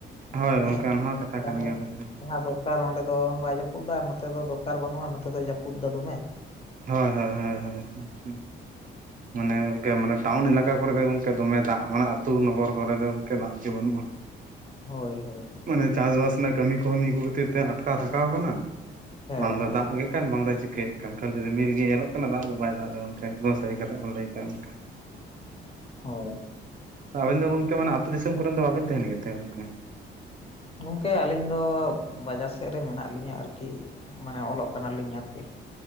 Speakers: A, on the right; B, on the left.
A: ᱦᱳᱭ ᱜᱚᱝᱠᱮ
B: ᱦᱮᱸ
A: ᱚᱱᱟ ᱦᱚᱸ ᱠᱟᱛᱷᱟ ᱠᱟᱱ
B: ᱟᱫᱚ
A: ᱜᱮᱭᱟ ᱜᱚᱝᱠᱮ
B: ᱡᱟᱦᱟᱸ ᱫᱚ ᱟᱨ ᱚᱸᱰᱮ ᱫᱚ ᱵᱟᱭ ᱡᱟᱹᱯᱩᱫᱫᱟ ᱟᱨ ᱱᱚᱛᱮ ᱫᱚ ᱫᱚᱨᱠᱟᱨ ᱵᱟᱹᱱᱩᱜᱼᱟ ᱱᱚᱛᱮ ᱫᱚ ᱡᱟᱹᱯᱩᱫ ᱮᱫᱟ ᱫᱚᱢᱮ ᱾
A: ᱦᱚᱭ -ᱦᱚᱭ -ᱦᱚᱭ, ᱩᱸᱦ-ᱩᱸᱦ ᱾
B: <inaudible>
A: ᱢᱟᱱᱮ ᱜᱚᱝᱠᱮ ᱢᱟᱱᱮ ᱥᱟᱣᱩᱱᱰ ᱮᱞᱟᱠᱟ ᱠᱚᱨᱮ ᱫᱚ ᱜᱚᱝᱠᱮ ᱫᱚᱢᱮ ᱫᱟᱜ ᱢᱟᱱᱮ ᱟᱹᱛᱩ ᱱᱚᱚᱜᱚᱨ ᱠᱚᱨᱮ ᱫᱚ ᱜᱚᱢᱠᱮ ᱫᱟᱜ ᱜᱮ ᱵᱟᱹᱱᱩᱜᱼᱟ ᱾
B: ᱦᱳᱭ ᱦᱳᱭ ᱦᱮ ᱾
A: ᱢᱟᱱᱮ ᱪᱟᱥᱵᱟᱥ ᱨᱮᱱᱟᱜ ᱠᱟᱹᱢᱤ ᱠᱚ ᱱᱤᱭᱟ ᱠᱚ ᱠᱷᱟᱹᱛᱤᱨ ᱛᱮ ᱟᱴᱠᱟᱣ ᱛᱷᱟᱠᱟᱣ ᱟᱠᱟᱱᱟ ᱾
B: ᱦᱮᱸ
A: ᱵᱟᱝ ᱫᱚ
B: ᱦᱮᱸ
A: ᱫᱟᱜ ᱜᱮ ᱠᱟᱱ ᱵᱟᱝ ᱫᱚ ᱪᱤᱠᱟᱹᱭ? ᱠᱷᱟᱹᱞᱤ ᱨᱤᱢᱤᱞ ᱜᱮ ᱧᱮᱞᱚᱜ ᱠᱟᱱᱟ ᱫᱟᱜ ᱫᱚ ᱵᱟᱭ ᱫᱟᱜ ᱮᱫᱟ ᱜᱚᱢᱠᱮ ᱮᱠᱫᱚᱢ ᱥᱟᱹᱨᱤ ᱠᱟᱛᱷᱟ ᱜᱮᱢ ᱞᱟᱹᱭ ᱠᱟᱜ ᱟ ᱚᱱᱠᱟ ᱾
B: ᱦᱳᱭ
A: ᱚᱸ ᱟᱵᱮᱱ ᱫᱚ ᱜᱚᱝᱠᱮ ᱢᱟᱱᱮ ᱟᱹᱛᱩᱳ ᱫᱤᱥᱚᱢ ᱠᱚᱨᱮᱱ ᱫᱚ ᱵᱟᱵᱮᱱ ᱛᱟᱦᱮᱱ ᱜᱮᱛᱮ ᱚᱱᱠᱟ?
B: ᱜᱚᱝᱠᱮ ᱟᱹᱞᱤᱧ ᱫᱚ ᱵᱟᱡᱟᱨ ᱥᱮᱫ ᱨᱮ ᱢᱮᱱᱟᱜ ᱞᱤᱧᱟᱹ ᱟᱨᱠᱤ ᱢᱟᱱᱮ ᱚᱞᱚᱜ ᱠᱟᱱᱟᱞᱤᱧ ᱟᱨᱠᱤ ᱾